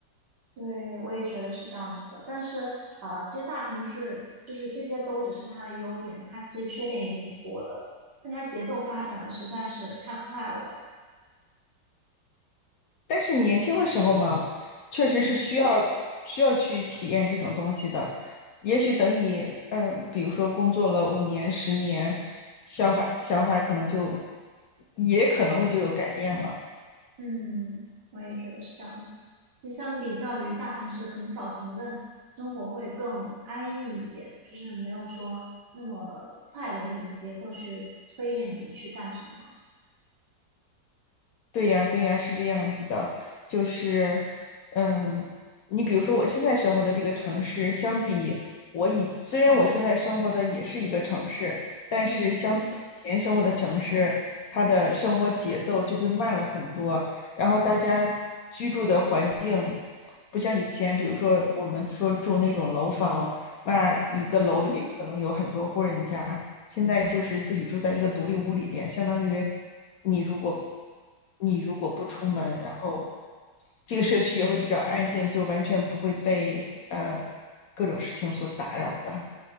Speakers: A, on the right (about 65°); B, on the left (about 60°).
A: 对，我也觉得是这样子的，但是啊，其实大城市就是这些都只是它的优点，它其实缺点也挺多的，但它节奏发展的实在是太快了。
B: 但是年轻的时候嘛，嗯确实是需要需要去体验这种东西的。
A: 嗯。
B: 也许等你，嗯、比如说工作了五年、十年，想法想法可能就也可能会就有改变了。
A: 嗯，我也觉得是这样子。其实相比较于大城市，可能小城镇生活会更安逸一点，就是没有说那么快的那种节奏去推着你去干什么。
B: 对呀，对呀，是这样子的，就是，嗯，你比如说我现在生活的这个城市，相比我以，虽然我现在生活的也是一个城市，但是相比以前生活的城市，
A: 嗯
B: 它的生活节奏就会慢了很多，然后大家居住的环境不像以前，比如说我们说住那种楼房，那一个楼里面可能有很多户人家，
A: 嗯，
B: 现在就是自己住在一个独立屋里边，相当于你如果你如果不出门，然后这个社区也会比较安静，就完全不会被呃各种事情所打扰的，